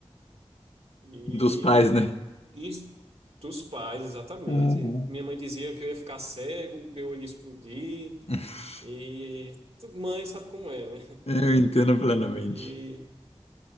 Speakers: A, on the right (about 65°); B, on the left (about 70°).
A: E
B: Dos pais, né?
A: isso dos pais, exatamente.
B: Uhum.
A: Minha mãe dizia que eu ia ficar cego, meu olho ia explodir.
B: <laughs>
A: E mãe sabe como é, né?
B: Eu entendo plenamente.
A: E